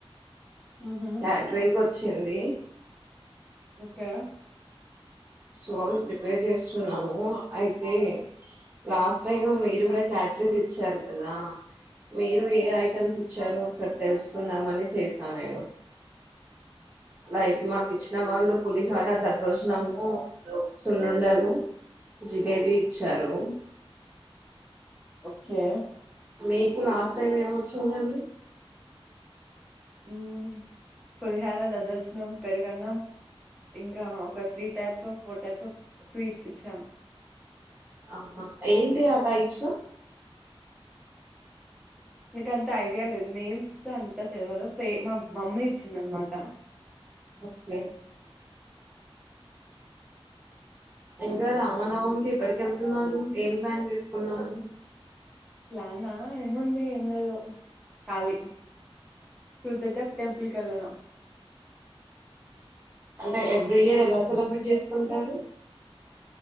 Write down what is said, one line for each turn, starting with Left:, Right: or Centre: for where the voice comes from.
Centre: హుహు.
Right: క్యాట్రింగ్ ఒచ్చింది
Centre: ఓకె
Right: సో అవి ప్రిపేర్ చేస్తున్నాము అయితే లాస్ట్ టైమ్ మీరు గుడా క్యట్రింగ్ ఇచ్చారు కదా మీరు ఏ ఐటమ్స్ ఇచ్చారో ఒకసారి తెలుసుకుందామని చేసానేను లైక్ మాక్ ఇచ్చిన వాళ్ళు పులిహోర దద్దోజనము సున్నుండలు జిలేబి ఇచ్చారు
Centre: ఓకే
Right: మీకు లాస్ట్ టైం ఏమొచ్చిందండి
Centre: మ్ పులిహోర దద్దోజనము పెరుగన్నం ఇంకా ఒక three types of four types of sweets ఇచ్చాం
Right: అవున ఏంటి ఆ టైప్స్
Centre: నకంత ఐడియా లేదు నేమ్స్ అంత తెలివదు పే మా మమ్మీ ఇచ్చింది అనమాట
Right: ఓకే ఇంకా రామనవమీకి ఏక్కడికెళ్తున్నారు ఏం ప్లాన్ చేసుకున్నారు
Centre: ప్లానా ఏముంది ఏం లేదు కాళీ కుదురితె టెంపుల్ కెళ్లడం
Right: అంటే ఎవ్రీ ఇయర్ ఎలా సెలబ్రేట్ చేసుకుంటారు